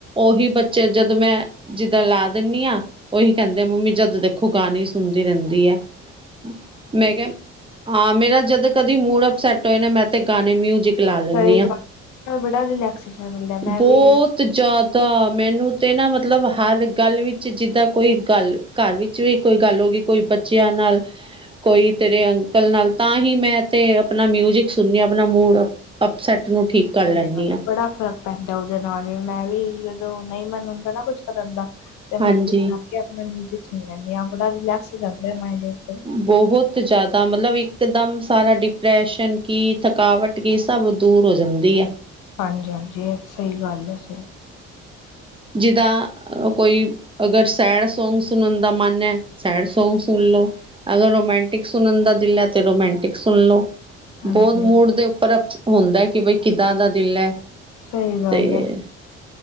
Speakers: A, on the right; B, on the left.
A: ਉਹੀ ਬੱਚੇ ਜਦੋਂ ਮੈਂ ਜਿੱਦਾਂ ਲਾ ਦਿੰਨੀ ਆ। ਉਹੀ ਕਹਿੰਦੇ ਮੰਮੀ ਜਦ ਦੇਖੋ ਗਾਣੇ ਸੁਣਦੀ ਰਹਿੰਦੀ <unintelligible> ਮੈਂ ਕਿਹਾ ਹਾਂ ਮੇਰਾ ਜਦੋਂ ਕਦੀ ਮੂਡ ਅਪਸੈਟ ਹੋਏ ਨਾ, ਮੈਂ ਤੇ ਗਾਣੇ ਮਿਊਜਿਕ ਲਾ ਲੈਂਦੀ
B: ਸਈ
A: ਹਾਂ
B: ਗੱਲ ਬੜਾ ਰਿਲੈਕਸ ਜਿਹਾ ਮਿਲਦੈ ਮੈਂ
A: ਬਹੁਤ
B: ਵੀ
A: ਜ਼ਿਆਦਾ। ਮੈਨੂੰ ਤੇ ਨਾ ਮਤਲਬ ਹਰ ਗੱਲ ਵਿੱਚ ਜਿੱਦਾਂ ਕੋਈ ਗੱਲ ਘਰ ਵਿੱਚ ਵੀ ਕੋਈ ਗੱਲ ਹੋ ਗਈ। ਕੋਈ ਬੱਚਿਆਂ ਨਾਲ ਕੋਈ ਤੇਰੇ ਅੰਕਲ ਨਾਲ ਤਾਂ ਹੀ ਮੈਂ ਤੇ ਆਪਣਾ ਮਿਊਜਿਕ ਸੁਣਨੀ ਆਪਣਾ ਮੂਡ ਅਪਸੈੱਟ ਨੂੰ ਠੀਕ ਕਰ
B: ਸਹੀ
A: ਲੈਂਦੀ
B: ਗੱਲ ਹੈ
A: ਹਾਂ
B: ਬੜਾ ਫਰਕ ਪੈਂਦਾ ਉਹਦੇ ਨਾਲ ਵੀ। ਮੈਂ ਵੀ ਜਦੋਂ ਨਹੀਂ ਮਨ ਹੁੰਦਾ ਨਾ ਕੁੱਝ ਕਰਨ ਦਾ <unintelligible>
A: ਹਾਂਜੀ
B: ਮਿਊਜ਼ਿਕ ਸੁਣ ਲੈਂਦੇ ਆ ਬੜਾ ਰਿਲੈਕਸ ਹੀ ਜਾਂਦਾ ਮਾਇੰਡ ਇਹਦੇ ਨਾਲ
A: ਬਹੁਤ ਜ਼ਿਆਦਾ। ਮਤਲਬ ਇੱਕਦਮ ਸਾਰਾ ਡਿਪਰੈਸ਼ਨ ਕੀ ਥਕਾਵਟ ਕੀ ਸਭ ਦੂਰ ਹੋ ਜਾਂਦੀ ਏ।
B: ਹਾਂਜੀ -ਹਾਂਜੀ। ਇਹ ਸਹੀ ਗੱਲ ਹੈ ਸਹੀ।
A: ਜਿਦ੍ਹਾ - ਅ - ਕੋਈ ਅਗਰ ਸੈਡ ਸਾਂਗ ਸੁਣਨ ਦਾ ਮਨ ਹੈ। ਸੈਡ ਸਾਂਗ ਸੁਣ ਲਓ ਅਗਰ ਰੋਮਾਂਟਿਕ ਸੁਣਨ ਦਾ ਦਿਲ ਹੈ। ਤੇ ਰੋਮਾਂਟਿਕ ਸੁਣ ਲੋ
B: ਹਾਂਜੀ
A: ਬਹੁਤ ਮੂਡ ਦੇ ਉੱਪਰ ਹੁੰਦਾ ਕਿ ਬਈ ਕਿੱਦਾਂ ਦਾ ਦਿਲ ਹੈ
B: ਸਹੀ ਗੱਲ
A: ਤੇ
B: ਹੈ।